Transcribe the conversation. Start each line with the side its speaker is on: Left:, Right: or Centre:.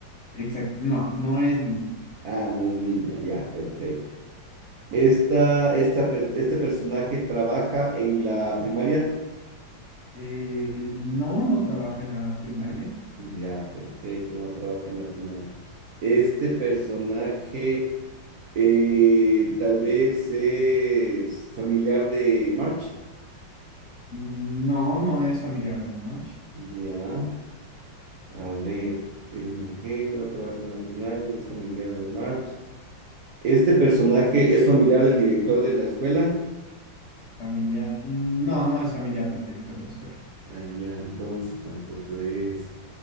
Left: Exacto, no, no es niña.
Right: Ah, no es niña, ya, perfecto. Esta, esta, per- este personaje trabaja en la primaria.
Left: Eh, no, no trabaja en la primaria.
Right: Ya, perfecto, no trabaja en la primaria. Este personaje eh, tal vez es familiar de March.
Left: Mm, No, no es familiar de Marge.
Right: Ya. A ver, es mujer, no trabaja en la primaria, no es familiar de March. ¿Este personaje es familiar del director de la escuela?
Left: Familiar, mm, no, no es familiar del director de la escuela.
Right: Ah, ya, entonces tampoco es.